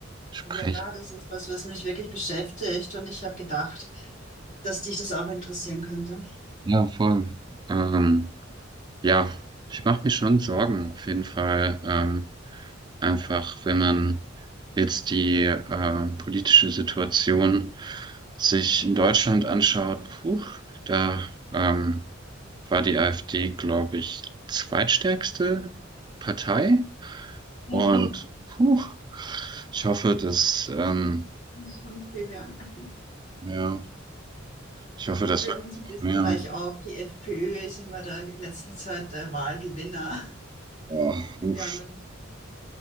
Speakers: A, on the right (about 20°); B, on the left (about 40°).
A: sprechen?
B: Ja, das ist was, was mich wirklich beschäftigt und ich habe gedacht, dass dich das auch interessieren könnte.
A: Ja, voll. Ähm, ja, ich mache mir schon Sorgen auf jeden Fall. Ähm, einfach, wenn man jetzt die äh, politische Situation sich in Deutschland anschaut, puh, da ähm, war die AfD, glaube ich, zweitstärkste Partei. Hm.
B: Mhm,
A: Und puh, ich hoffe, dass, ähm,
B: das ist schon viel, ja. <laughs>
A: ja, ich hoffe,
B: Bei
A: dass wirklich
B: uns in
A: noch
B: Österreich
A: mehr.
B: auch. Die FPÖ ist immer der in letzter Zeit der Wahlgewinner. <laughs>
A: Oh, uff.
B: Die anderen nicht so.